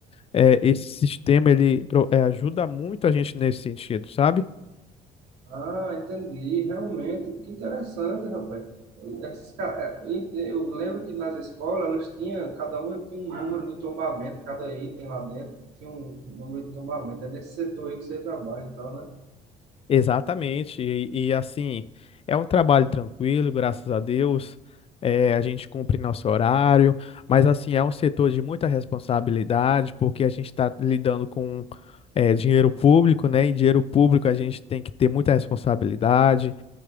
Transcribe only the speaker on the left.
é, esse sistema ele pro- é, ajuda muito a gente nesse sentido, sabe?
Exatamente, e, e, assim, é um trabalho tranquilo, graças a Deus, é, a gente cumpre nosso horário, mas assim, é um setor de muita responsabilidade, porque a gente está lidando com é, dinheiro público, né? E dinheiro público a gente tem que ter muita responsabilidade